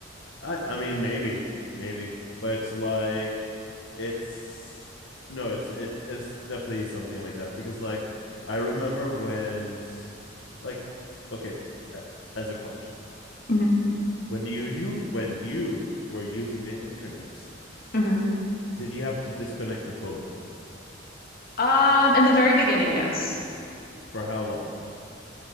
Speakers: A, on the left; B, on the left.
A: I I mean maybe maybe but it's like it's no it's it's definitely something like that because like I remember when like okay as a question
B: hmm
A: When you you when you were using the internet,
B: hmm
A: did you have to disconnect the phone
B: Um, in the very beginning, yes.
A: for how long?